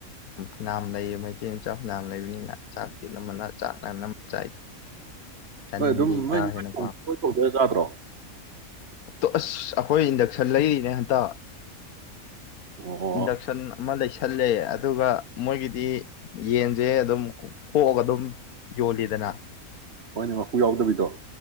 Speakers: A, on the left (about 80°); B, on the right (about 50°).
A: ꯐꯅꯥꯝ ꯂꯩꯌꯦ ꯃꯩꯇꯩ ꯃꯆꯥ ꯐꯅꯥꯝ ꯂꯩꯕꯅꯤꯅ ꯆꯥꯛ꯫ ꯇꯤ ꯑꯅꯝꯕꯅ ꯆꯥꯛꯅ ꯑꯅꯝꯕ ꯆꯥꯏꯗ꯫ ꯇꯟꯗꯦ
B: ꯅꯣꯏ ꯑꯗꯨꯝ ꯅꯣꯏ
A: ꯀꯥ
B: <unintelligible>
A: ꯍꯦꯟꯅ
B: ꯌꯥꯥꯗ꯭ꯔꯣ꯫
A: ꯇꫭ ꯑꯁ꯫ ꯑꯈꯣꯏ ꯏꯟꯗꯛꯁꯟ ꯂꯩꯔꯤꯅꯦ ꯍꯟꯇꯛ
B: ꯑꯣ
A: ꯏꯟꯗꯛꯁꯟ ꯑꯃ ꯂꯩꯁꯜꯂꯦ ꯑꯗꯨꯒ ꯃꯣꯏꯒꯤꯗꯤ꯫ ꯌꯦꯟꯁꯦ ꯑꯗꯨꯝ ꯀꯣꯛꯑꯒ ꯑꯗꯨꯝ ꯌꯣꯜꯂꯤꯗꯅ꯫
B: ꯍꯣꯏꯅꯦ ꯃꯄꯨ ꯌꯥꯎꯗꯕꯤꯗꯣ꯫